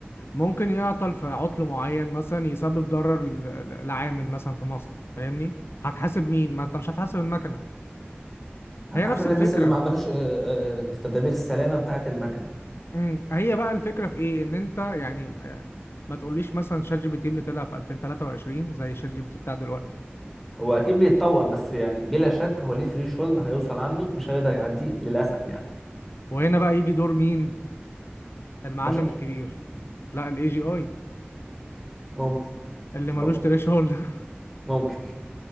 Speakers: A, on the left (about 70°); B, in the centre.
A: ممكن يعطل في عطل معين مثلا يسبب ضرر ل- ل- لعامل مثلا في مصنع فاهمني هتحاسب مين ما انت مش هتحاسب المكنة
B: هتحاسب
A: هي نفس
B: الناس
A: الفكرة
B: اللي ما عملوش آه، آه، تدابير السلامة بتاعة المكنة
A: امم هي بقى الفكرة في ايه ان انت يعني آه، ما تقوليش مثلا شات جي بي تي اللي طلع في 2023 زي شات جي بي تي بتاع دلوقتي
B: هو أكيد بيتطور بس يعني بلا شك هو ليه ثريشولد هيوصل عنده مش هيقدر يعديه للأسف يعني
A: وهنا بقى يجي دور مين المعلم
B: البشر
A: الكبير لا الاي جي اي
B: ممكن
A: اللي ملوش
B: أو
A: تريش هولد <laughs>
B: ممكن